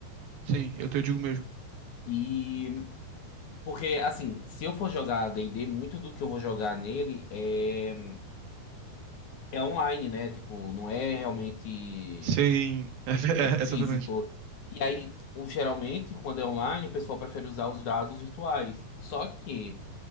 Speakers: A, on the right (about 70°); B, on the left (about 55°).
A: Sim, eu te digo mesmo.
B: E... Porque, assim, se eu for jogar D&D, muito do que eu vou jogar nele é... É online, né? Tipo, não é realmente.
A: Sim, <laughs> é, ve- é,
B: é físico.
A: exatamente.
B: E aí, o- geralmente, quando é online, o pessoal prefere usar os dados virtuais. Só que